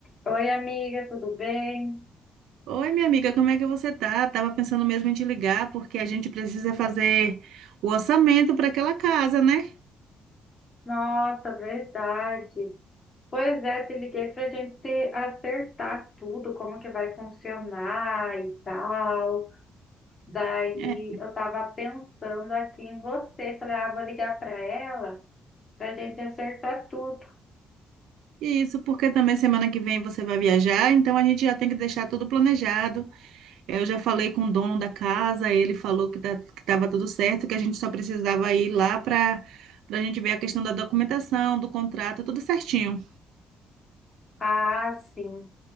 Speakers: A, on the left (about 35°); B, on the right (about 80°).
A: Oi, amiga, tudo bem?
B: Oi, minha amiga, como é que você tá? Tava pensando mesmo em te ligar, porque a gente precisa fazer o orçamento para aquela casa, né?
A: Nossa, verdade. Pois é, te liguei para a gente se acertar tudo, como que vai funcionar e tal. Daí
B: É.
A: eu estava pensando aqui em você, falei, ah, vou ligar para ela para a gente acertar tudo.
B: Isso, porque também semana que vem você vai viajar, então a gente já tem que deixar tudo planejado. É, Eu já falei com o dono da casa, ele falou que tá, que estava tudo certo, que a gente só precisava ir lá para para a gente ver a questão da documentação, do contrato, tudo certinho.
A: Ah, sim.